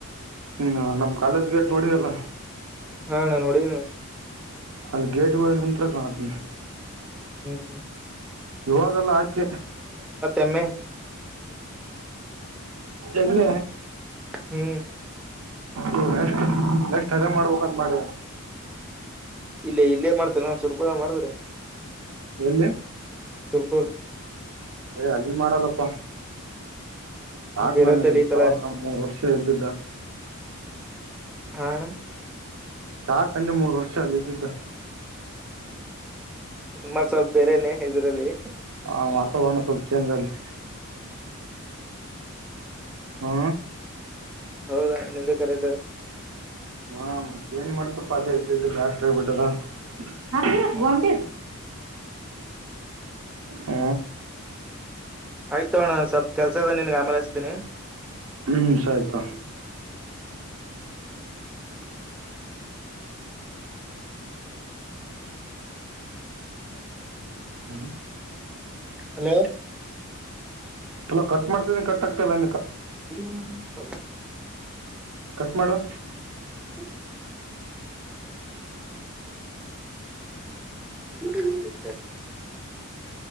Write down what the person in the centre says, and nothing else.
ಹಾ ನಾ ನೋಡಣ
ಹ್ಮ್ ಹ್ಮ್ ಹ್ಮ್
ಎಮ್ಮೆ
ಹ್ಮ್
ಇಲ್ಲ ಇಲ್ಲೇ ಮಾಡ್ತೇ ನಾ ಸ್ವರ್ಪ ಮಾಡ್ತ್ರೆ
ಸರ್ಪು
ಬೀರತ್ತಲ್ಲಿ
ಈ ಸಲ
ಹ ಆನಾ
ಮಸ ಬೇರೆನೆೇ ಇದ್ರಲ್ಲಿ
ಹೌದಾ ನಿಂದು ಕರೆಟದು
ಹ್ಮ್
ಆಯ್ತು ಅಣ್ಣ ಸ್ವಪ್ ಕೆಲ್ಸದ ನಿನ್ಗೆ ಆಮೇಲೆ ಹಚ್ತೀನಿ
ಹಲೋ
ಇವರನ್ನ ಕಾಲತ
ಹ್ಣ ಹ್ಮ